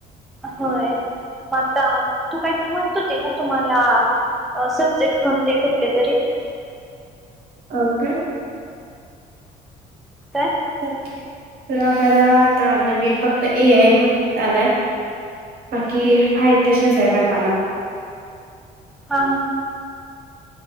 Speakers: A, in the centre; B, on the right (about 60°).
A: होय मग आता तू काहीतरी म्हणत होती ना तुम्हाला सब्जेक्ट कोणते? कुठले तरी?
B: अ काय?
A: काय?
B: तुला मला आता नवीन फक्त ए आय म्हणून आलाय. बाकी आहे तशेच आहेत आम्हाला.
A: हा.